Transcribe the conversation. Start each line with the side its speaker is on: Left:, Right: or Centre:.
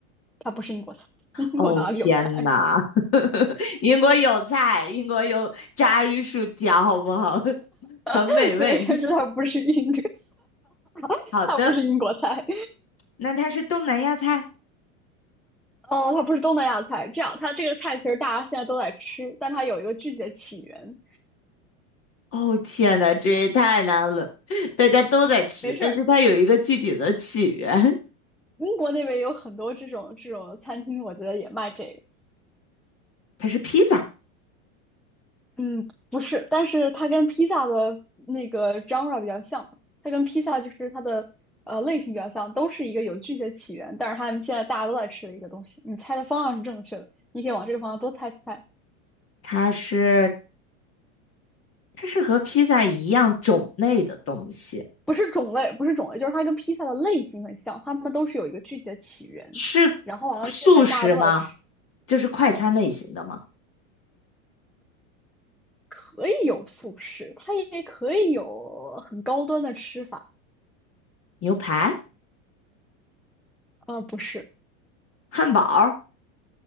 Centre: 它不是英国菜。<laughs> 英国哪里有菜？
Left: 哦天呐，<laughs> 英国有菜，英国有炸鱼薯条，好不好？<laughs> 很美味。
Centre: <laughs> 对，但是它不是英，<laughs>
Left: <laughs> 好的，
Centre: 它不是英国菜。
Left: 那它是东南亚菜。
Centre: 哦，它不是东南亚菜。这样，它这个菜其实大家现在都在吃，但它有一个具体的起源。
Left: 哦天呐，这也太难了，<laughs> 大家都在吃，
Centre: 没事儿，
Left: 但是它有一个具体的起源，
Centre: 英国那边有很多这种这种餐厅，我觉得也卖这个。
Left: 它是披萨，
Centre: 嗯，不是，但是它跟披萨的那个 genre 比较像，它跟披萨就是它的呃类型比较像，都是一个有具体的起源，但是他们现在大家都在吃的一个东西。你猜的方向是正确的，你可以往这个方向多猜猜。
Left: 它是它是和披萨一样种类的东西，
Centre: 不是种类，不是种类，就是它跟披萨的类型很像，它们都是有一个具体的起源。
Left: 是
Centre: 然后完了，
Left: 素食吗？
Centre: 现在大家都在吃，
Left: 就是快餐类型的吗？
Centre: 可以有素食，它也可以有很高端的吃法。
Left: 牛排、
Centre: 呃，不是，
Left: 汉堡，